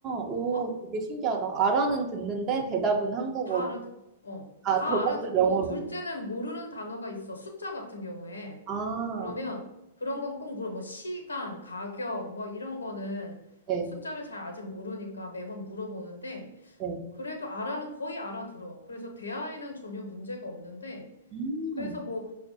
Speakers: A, on the right; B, on the left.
A: 오,
B: 어?
A: 되게 신기하다. 아라는 듣는데 대답은 한국어로.
B: 다 알아듣 어.
A: 아,
B: 다
A: 대답은
B: 알아듣고
A: 영어로.
B: 둘째는 모르는 단어가 있어. 숫자 같은 경우에.
A: 아,
B: 그러면 그런 건 꼭 물어. 뭐 시간, 가격 뭐 이런 거는
A: 네,
B: 숫자를 잘 아직 모르니까 매번 물어보는데
A: 네.
B: 그래도 알아는 거의 알아들어. 그래서 대화에는 전혀 문제가 없는데,
A: 음,
B: 그래서 뭐